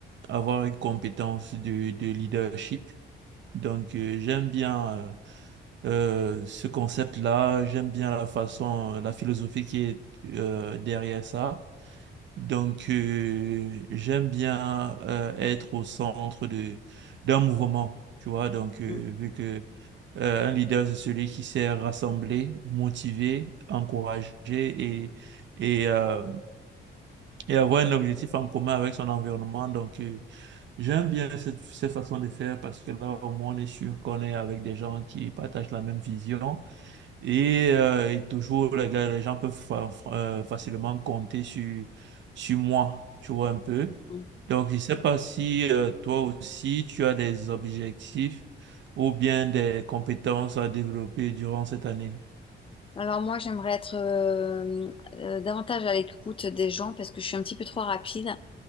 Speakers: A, on the right; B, on the left.
A: avoir une compétence de, de leadership. Donc euh, j'aime bien euh, euh, ce concept-là, j'aime bien la façon, la philosophie qui est euh, derrière ça. Donc euh, j'aime bien euh, être au centre de d'un mouvement, tu vois. Donc euh,
B: Mm.
A: vu que euh, un leader, c'est celui qui sait rassembler, motiver, encourager et, et, euh, et avoir un objectif en commun avec son environnement. Donc, euh, j'aime bien cette, cette façon de faire parce que là, au moins, on est sûr qu'on est avec des gens qui partagent la même vision et, euh, et toujours, les gars, les gens peuvent fa- fa- euh, facilement compter sur, sur moi, tu vois un peu.
B: Mm.
A: Donc, je ne sais pas si euh, toi aussi, tu as des objectifs ou bien des compétences à développer durant cette année.
B: Alors moi, j'aimerais être euh, euh, davantage à l'écoute des gens parce que je suis un petit peu trop rapide.